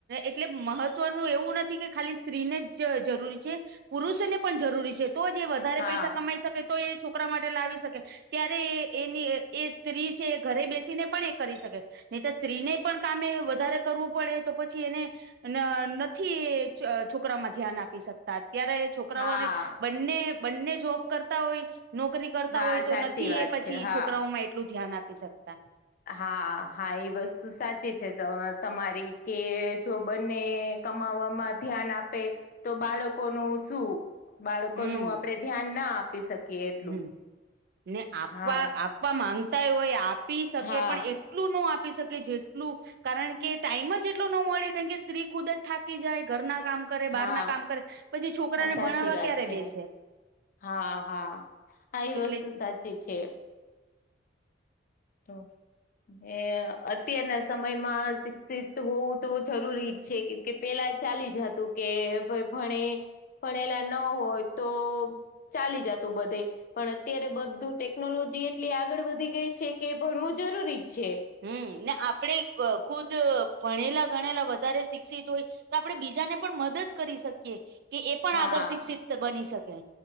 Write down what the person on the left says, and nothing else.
હા
હા
હા
સાચી
વાત
છે હા
હા હા એ વસ્તુ સાચી છે તમારી કે જો બને કમાવામાં ધ્યાન આપે તો બાળકોનું શું? બાળકો
નું આપડે ધ્યાન ના આપી શકીએ એટલું
હા
હા
હા
હા સાચી
વાત
છે
હા હા આ એ વસ્તુ
સાચી છે. તો હ અત્યારના સમયમાં શિક્ષિત હોવું તો જરૂરી છે કે કે પેલા ચાલી જ હતું કે ભ ભણે ભણેલા ન હોય તો ચાલી જતું બધે પણ અત્યારે બધું ટેકનોલોજી એટલી આગળ વધી ગઈ છે. કે ભણવું જરૂરી જ છે.
હા